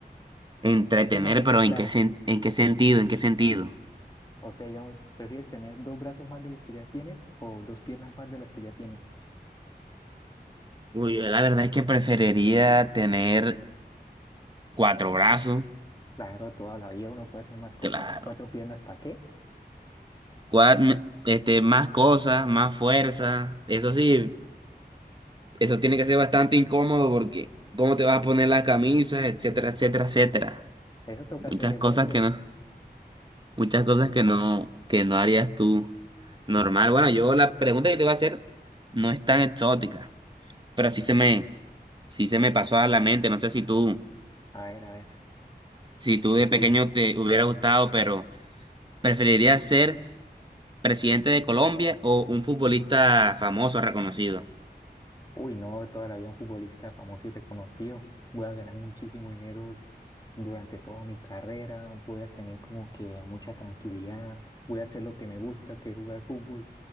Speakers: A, on the right (about 25°); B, on the left (about 20°).
A: Entretener,
B: Yo sí la tengo
A: pero
B: clara.
A: ¿en qué sen- en qué sentido? ¿En qué sentido?
B: O sea, digamos, ¿prefieres tener dos brazos más de los que ya tienes o dos piernas más de las que ya tienes?
A: Uy, yo la verdad es que preferiría tener cuatro brazos,
B: Claro, toda la vida uno puede hacer más cosas.
A: claro.
B: ¿Cuatro piernas para qué?
A: Cua- me- este, más cosas, más fuerza. Eso sí, eso tiene que ser bastante incómodo porque cómo te vas a poner las camisas, etcétera,
B: <laughs>
A: etcétera, etcétera.
B: Eso toca
A: Muchas
B: hacerle
A: cosas
B: huecos.
A: que no, muchas cosas que no, que no harías tú normal. Bueno, yo la pregunta que te voy a hacer no es tan exótica, pero sí se me, sí se me pasó a la mente. No sé si tú,
B: A ver, a ver,
A: si tú
B: decila.
A: de pequeño te hubiera gustado, pero ¿preferirías ser presidente de Colombia o un futbolista famoso, reconocido?
B: Uy, no, toda la vida un futbolista famoso y reconocido. Voy a ganar muchísimo dinero s- durante toda mi carrera. Voy a tener como que mucha tranquilidad. Voy a hacer lo que me gusta, que es jugar fútbol.